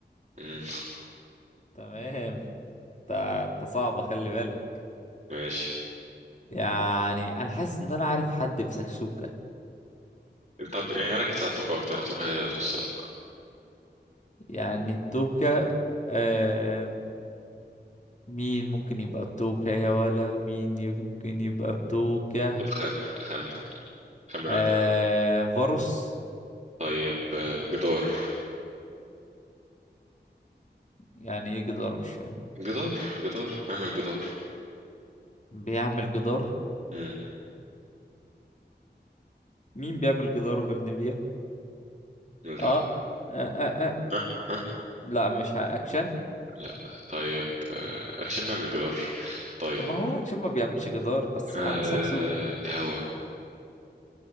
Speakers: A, on the right (about 40°); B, on the left (about 40°).
A: مم.
B: تمام انت انت صعبة خلي بالك
A: <laughs> ماشي
B: يعني انا حاسس ان انا عارف حد بسكسوكا
A: طب يعني ركز على توكا اكتر توكا هي اللي هتوصلك
B: يعني التوكة آم، مين ممكن يبقى بتوكة يا ولا مين ممكن يبقى بتوكة
A: طب خمن خمن خمن
B: آه
A: رد.
B: فارس
A: طيب آه، جدار
B: يعني ايه جدار مش فاهم
A: جدار جدار بعمل جدار
B: بيعمل جدار
A: مم.
B: مين بيعمل جدار غير نيفيا
A: لا
B: آه. آه, آه, اه
A: أه أه
B: لا مش ه- اكشن
A: لا طيب آه، أكشن بعمل جدار طيب
B: طب ما هو اكشن ما بيعملش جدار بس
A: أه
B: عن سكسوكة
A: هوا